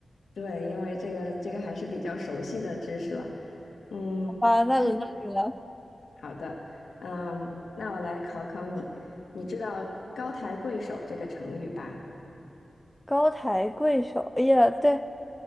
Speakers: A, on the left; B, in the centre.
A: 对，因为这个这个还是比较熟悉的知识了。嗯，
B: 好吧，那轮到你了。
A: 那好的，嗯，那我来考考你，你知道“高抬贵手”这个成语吧？
B: 高抬贵手，哎呀，对，